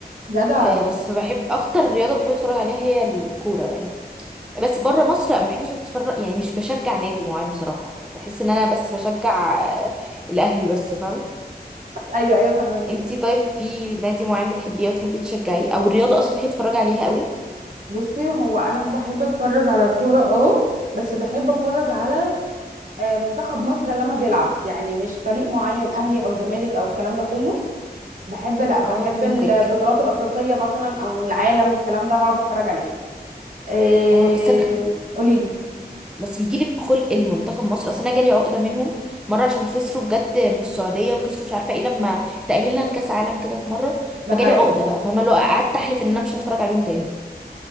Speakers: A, on the right; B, in the centre.
A: جدع
B: آه، بس فبحب اكتر رياضه بحب اتفرج عليها هي الكوره يعني بس بره مصر لا ما بحبش اتفرج يعني مش بشجع نادي معين بصراحه بحس ان انا بس بشجع آه، الاهلي بس فاهمه
A: ايوه ايوه فهمتك
B: انتي طيب في نادي معين بتحبيه وتحبي تشجعيه او الرياضه اصلا تحبي تتفرجي عليها قوي
A: بصي هو انا بحب اتفرج على الكورة اه بس بحب اتفرج على آه، منتخب مصر لما بيلعب يعني مش فريق معين اهلي او زمالك او الكلام ده كله بحب لا بحب
B: اه فهمتك
A: البطولات الافريقية مثلا او العالم الكلام ده اقعد اتفرج عليها إيه...
B: اه بس انا
A: قولي لي
B: بس بيجيلك خلق المنتخب مصر اصل انا جالي عقده منهم مره عشان خسروا بجد من السعوديه وخسروا مش عارفه ايه لما تاهلنا لكاس عالم كده في مره
A: ده
B: فجالي
A: حقيقي
B: عقده بقى فاهمه لو قعدت احلف ان انا مش هتفرج عليهم تاني